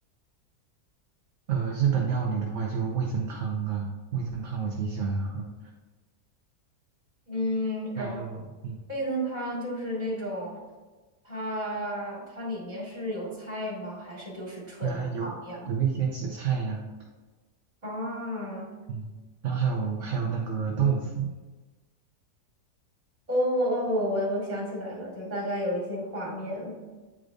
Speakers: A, on the right (about 55°); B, on the right (about 25°).
A: 呃，日本料理的话，就味增汤啊，味增汤我贼喜欢喝。
B: 嗯，然后
A: 还有，嗯，
B: 味噌汤就是那种，它它里面是有菜吗？还是就是纯汤呀？
A: 原来有有一些紫菜呀，
B: 啊。
A: 嗯，然后还有还有那个豆腐，
B: 哦哦，我我想起来了，就大概有一些画面了